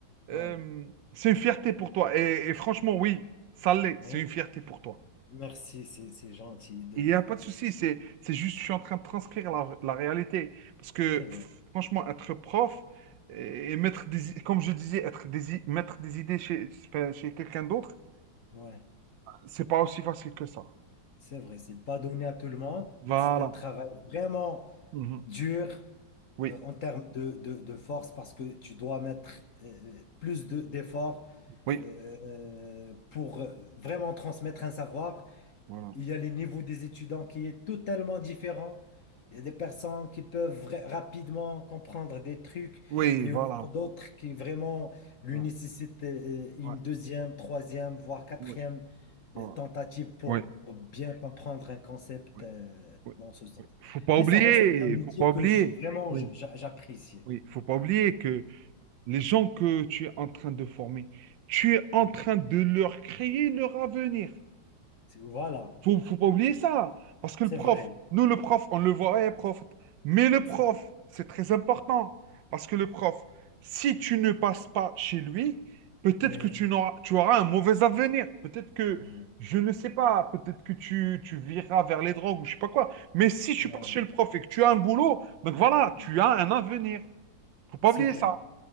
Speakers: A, on the right (about 75°); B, on the left (about 50°).
A: euh,
B: Ouais,
A: c'est une fierté pour toi. Et, et franchement, oui, ça l'est,
B: mais
A: c'est une fierté pour toi.
B: merci, c'est c'est gentil de
A: Il
B: ta
A: n'y a
B: part.
A: pas de souci, c'est, c'est juste, je suis en train de transcrire la, la réalité. Parce que
B: C'est vrai.
A: franchement, être prof et, et mettre des, i- comme je disais, être des, i- mettre des idées chez, chez quelqu'un d'autre,
B: Ouais,
A: c'est pas aussi facile que ça.
B: c'est vrai. C'est pas donné à tout le monde.
A: Voilà.
B: C'est un travail vraiment
A: Mhm.
B: dur
A: Oui.
B: euh, en termes de, de, de force parce que tu dois mettre euh, euh, plus de, d'efforts
A: Oui,
B: euh, pour euh, vraiment transmettre un savoir.
A: voilà.
B: Il y a les niveaux des étudiants qui est totalement différent. Il y a des personnes qui peuvent vra- rapidement comprendre des trucs
A: Oui,
B: et
A: voilà.
B: il y en a d'autres qui vraiment lui
A: Voilà.
B: nécessitent euh, une
A: Ouais,
B: deuxième, troisième, voire quatrième
A: oui, voilà.
B: euh, tentative pour
A: ouais,
B: pour bien comprendre un concept
A: ouais,
B: euh,
A: ouais,
B: dans ce sens.
A: ouais. Faut pas
B: Mais
A: oublier,
B: ça reste un métier
A: faut pas
B: que
A: oublier.
B: je- vraiment
A: Oui,
B: je- j'a- j'apprécie.
A: oui, faut pas oublier que les gens que tu es en train de former, tu es en train de leur créer leur avenir.
B: C'est- Voilà,
A: Faut, faut pas oublier ça. Parce que
B: c'est
A: le prof,
B: vrai.
A: nous, le prof, on le voit, eh, prof. Mais le prof,
B: C'est-
A: c'est très important. Parce que le prof, si tu ne passes pas chez lui, peut-être
B: Oui,
A: que tu n'auras, tu auras un mauvais avenir. Peut-être que,
B: euh,
A: je ne sais pas, peut-être que tu, tu viras vers les drogues ou je sais pas quoi. Mais si tu
B: ouais,
A: passes chez le prof et que tu as un boulot, donc voilà,
B: ouais.
A: tu as un avenir. Faut pas
B: c'est
A: oublier
B: vrai.
A: ça.